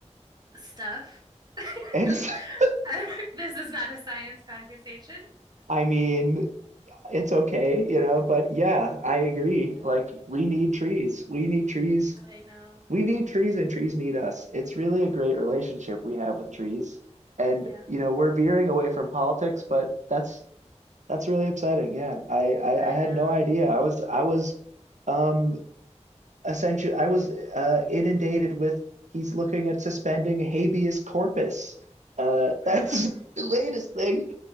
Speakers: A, on the right (about 35°); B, on the right (about 80°).
A: stuff. <laughs>
B: It's. <laughs>
A: I'm- This is not a science conversation.
B: I mean, it's okay, you know, but yeah, I agree.
A: Yeah.
B: Like, we need trees. We need trees.
A: I know.
B: We need trees and trees need us. It's really a great relationship we have with trees. And,
A: Yeah.
B: you know, we're veering away from politics, but that's That's really upsetting. Yeah, I, I
A: I
B: I had
A: know.
B: no idea. I was I was um essentially I was uh inundated with he's looking at suspending habeas corpus. Uh, that's
A: Mm.
B: <laughs> the latest thing,